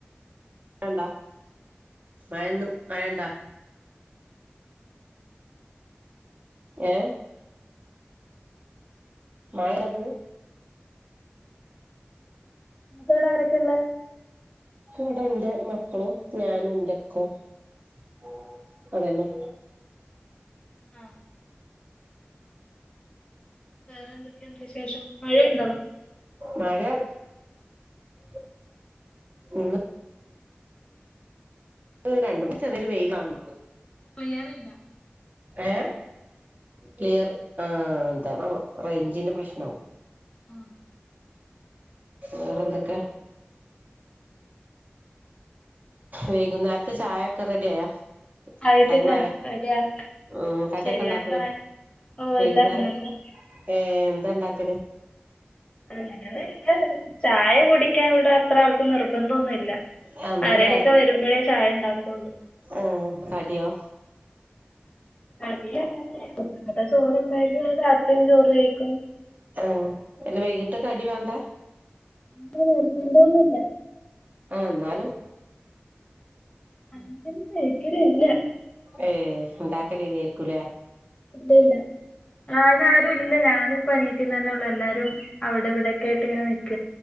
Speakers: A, on the right; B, on the left.
A: ണ്ട മയന്നും മയണ്ടോ ഏ മയെന്ന്
B: <unintelligible> ആരൊക്കെള്ളെ
A: വ്ടെ ന്റെ മക്കളും ഞാനും ന്റെ <unintelligible> അതെന്നെ
B: ആ വേറെ ന്തൊക്കെയുണ്ട് വിശേഷം മഴണ്ടോ
A: മഴ <inaudible> രണ്ടും ചെറിയൊരു വെയിലാണ്
B: പെയ്യാറില്ല
A: ഏഹ് ക്ലിയർ ആ എന്താ റേഞ്ചിന്റെ പ്രശ്ന
B: ആഹ്
A: വേറെ ന്തൊക്കെ വൈകുന്നേരത്തെ ചായൊക്കെ റെഡിയായോ
B: ആയിട്ടില്ല
A: ടൈമായോ
B: റെഡി ആക്ക്
A: ഉം കടിയൊക്കെ
B: ശരിയാക്കണേ
A: ണ്ടാക്കോ
B: ഓഹ്
A: വൈകുന്നേരം
B: എല്ലാം ഉണ്ടാക്കും
A: ഏ എന്താ ണ്ടാക്കല്
B: അങ്ങനൊന്നുല്ല ചായ കുടിക്കാൻ ഇവിടെ അത്ര ആൾ നിർബന്ധോന്നുല്ല
A: ആഹ് അന്നേരം
B: ആരെങ്കിലൊക്കെ വരുമ്പളെ ചായ ണ്ടാക്കുള്ളൂ
A: ഓ കടിയോ
B: കടി അങ്ങനെ ഉച്ചക്കത്തെ ചോറുണ്ടെങ്കിൽ അത് രാത്രിയും ചോറ് കഴിക്കും
A: ആ അല്ല വൈകീട്ട് കടി വാണ്ട
B: അങ്ങ നിർബന്ധം ഒന്നുംല്ല
A: ആ ന്നാലും
B: അങ്ങനൊന്നും കഴിക്കലില്ല
A: ഏ ണ്ടാക്കലില്ലേര്ക്കൂലെ
B: ഇല്ലല്ല ആ അയ്നാരും ല്ല ഞാനിപ്പ എണീറ്റ്ന്നെന്നെ ഒള്ളൂ എല്ലാരും അവിടെ ഇവിടെക്കായിട്ട് ഇങ്ങനെ നിക്ക